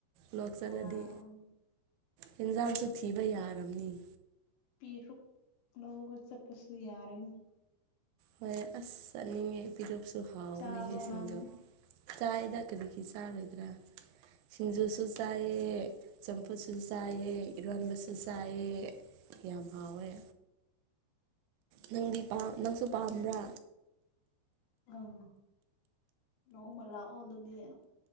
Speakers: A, on the right; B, on the left.
A: ꯂꯣꯛ ꯆꯠꯂꯗꯤ
B: ꯑꯥ
A: ꯑꯦꯟꯖꯥꯡꯁꯨ ꯊꯤꯕ ꯌꯥꯔꯕꯅꯤ
B: ꯄꯤꯔꯨꯛ ꯂꯧꯕ ꯆꯠꯄꯁꯨ ꯌꯥꯔꯅꯤ
A: ꯍꯣꯏ ꯑꯁ ꯆꯠꯅꯤꯡꯉꯦ ꯄꯤꯔꯨꯛꯁꯨ ꯍꯥꯎꯕꯅꯦꯍ‌ꯦ
B: ꯆꯥꯕ꯭ꯔꯣ
A: ꯁꯤꯡꯖꯨ
B: ꯅꯪ
A: ꯆꯥꯏꯗ ꯀꯔꯤꯒꯤ ꯆꯥꯔꯣꯏꯗ꯭ꯔꯥ ꯁꯤꯡꯖꯨꯁꯨ ꯆꯥꯏꯌ‌ꯦ ꯆꯝꯐꯨꯠꯁꯨ ꯆꯥꯏꯌ‌ꯦ ꯏꯔꯣꯟꯕꯁꯨ ꯆꯥꯏꯌ‌ꯦ ꯌꯥꯝ ꯍꯥꯎꯋꯦ ꯅꯪꯗꯤ ꯄꯥꯝ ꯅꯪꯁꯨ ꯄꯥꯝꯕ꯭ꯔꯥ
B: ꯑꯝ ꯅꯣꯡꯃ ꯂꯥꯛꯑꯣ ꯑꯗꯨꯗꯤ